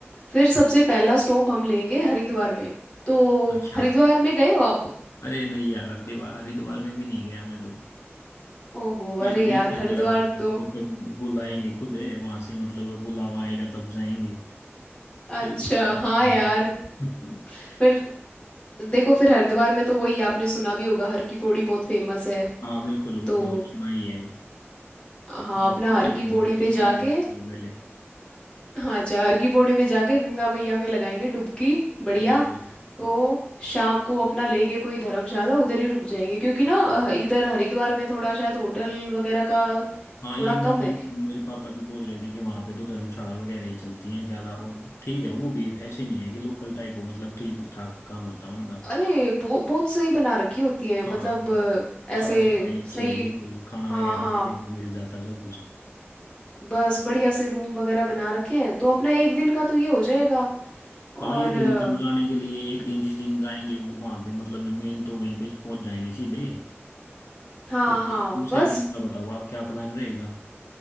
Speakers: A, on the left; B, on the left.
A: फिर सबसे पहला स्टॉप हम लेंगे हरिद्वार में तो
B: अच्छा
A: हरिद्वार में गए हो आप
B: अरे नहीं यार हरिद्वार हरिद्वार में भी नहीं गया मैं तो
A: ओहो
B: मैं
A: अरे
B: तो वेट
A: यार
B: करता
A: हरिद्वार
B: रहता हूँ मतलब
A: तो
B: कब बुलाएंगे खुद है वहां से मतलब बुलावा आएगा तब जाएंगे
A: अच्छा
B: अभी बुलावा ही
A: हाँ
B: नहीं
A: यार
B: आया है।
A: फिर देखो फिर हरिद्वार में तो वही आपने सुना भी होगा हर की पौड़ी बहुत फेमस है
B: <laughs> हाँ बिल्कुल वो
A: तो
B: तो सुना ही है
A: हाँ
B: पहले
A: अपना हर
B: तो
A: की
B: गई
A: पौड़ी
B: है लेकिन
A: पे
B: मैं
A: जाके
B: नहीं गई पहले
A: हाँ अच्छा हर की पौड़ी में जाके गंगा मैया में लगाएंगे डुबकी बढ़िया
B: बिल्कुल
A: तो शाम को अपना लेके कोई धर्मशाला उधर ही रुक जाएंगे क्योंकि ना अ, इधर हरिद्वार में थोड़ा शायद होटल वगैरह का
B: हाँ
A: थोड़ा
B: ये मतलब
A: कम है
B: मेरे पापा भी बोल रहे थे कि वहाँ पे तो धर्मशाला वगैरह ही चलती हैं ज्यादा और ठीक है वो भी ऐसे नहीं है कि लोकल टाइप हो मतलब ठीक ठाक काम होता है उनका
A: अरे बहु- बहुत सही बना रखी होती है मतलब
B: हाँ मतलब
A: अ, ऐसे
B: साफ सफाई अच्छी
A: सही
B: है बिल्कुल खाना
A: हाँ
B: वगैरह
A: हाँ
B: भी वहीं पे मिल जाता है सब कुछ
A: बस बढ़िया से रूम वगैरह बना रखे हैं तो अपना एक दिन का तो ये हो जाएगा और
B: हाँ ये
A: अ,
B: तो मतलब जाने के लिए एक दिन जिस दिन जाएंगे वो वहाँ पे मतलब मेन तो वहीं पे पहुंच जाएंगे सीधे
A: हाँ
B: वो तो
A: हाँ
B: दूसरे
A: बस
B: दिन का बताओ आप क्या प्लान रहेगा